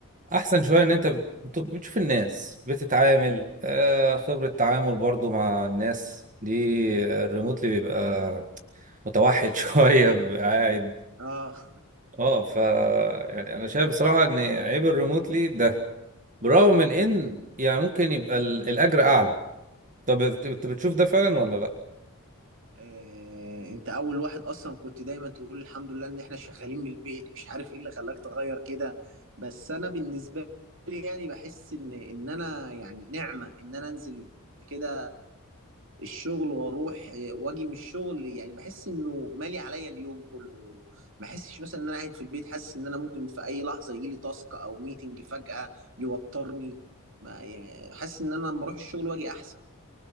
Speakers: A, on the right (about 35°); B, on the right (about 65°).
A: أحسن شوية إن أنت بت- بتشوف الناس بتتعامل آه، خبرة تعامل برضه مع الناس دي الريموتلي بيبقى متوحد <laughs> شوية بيبقى قاعد
B: اه <laughs>
A: اه ف يعني انا شايف بصراحة ان عيب الريموتلي ده برغم من ان يعني ممكن يبقى ال- الاجر اعلى طب انت بت- انت بتشوف ده فعلا ولا لا
B: آه، انت اول واحد اصلا كنت دايما تقول الحمد لله ان احنا شغالين من البيت مش عارف ايه اللي خلاك تغير كده بس انا بالنسبه لي يعني بحس ان ان انا يعني نعمه ان انا انزل كده الشغل واروح آه، واجي من الشغل يعني بحس انه مالي عليا اليوم كله ما بحسش مثلا ان انا قاعد في البيت حاسس ان انا ممكن في اي لحظه يجي لي تاسك او ميتنج فجاه يوترني ما يعني حاسس ان انا لما اروح الشغل واجي احسن